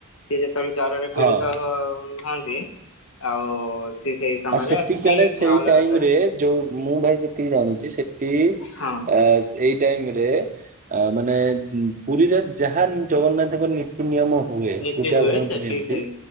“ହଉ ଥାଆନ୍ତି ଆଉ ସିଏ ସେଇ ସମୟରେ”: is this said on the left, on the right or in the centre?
Left